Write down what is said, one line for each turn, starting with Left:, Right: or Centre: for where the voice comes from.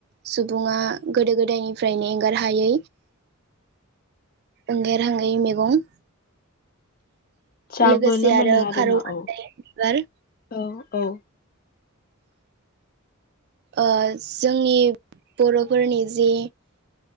Right: सुबुङा गोदो गोदायनिफ्रायनो एंगारहायै एंगारहायै मैगं,
Left: जाबोनो
Right: लोगोसे आरो
Left: मोनो आरोना
Right: खारौ खान्दाय
Left: औ
Right: बिबार
Left: औ औ
Right: ओ जोंनि बर'फोरनि जि